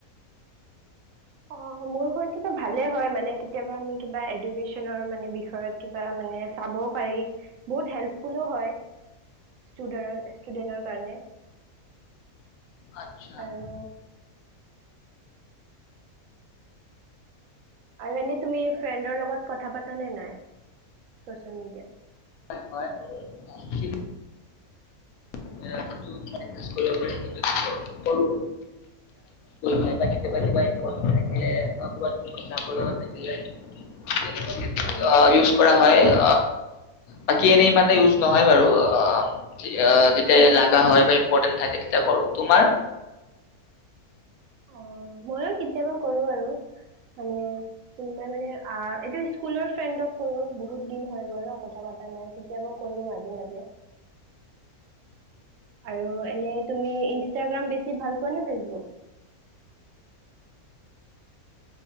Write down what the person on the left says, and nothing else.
আচ্ছা
<unintelligible>
হয়, হয় <unintelligible> <inaudible> কৰিব পাৰি কৰো নাই বা কেতিয়াবা কিবা ইম্পৰ্টেণ্ট থাকিলে বা ক'ৰবাতা যাব লগা থাকিলে। ক্ষেত্ৰত
অ', ইউজ কৰা হয়
অ'। বাকী এনে ইমানটা ইউজ নহয় বাৰু অ', <unintelligible> <unintelligible> লাগা হয় বা ইম্পৰ্টেণ্ট থাকে তেতিয়া কৰো। তোমাৰ?